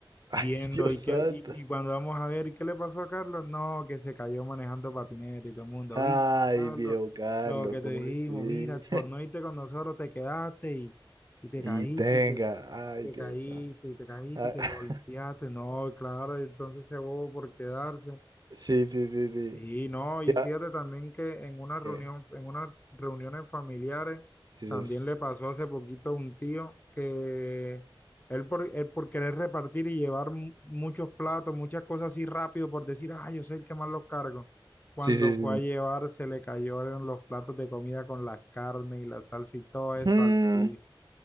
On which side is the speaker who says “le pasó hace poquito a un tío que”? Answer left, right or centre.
Left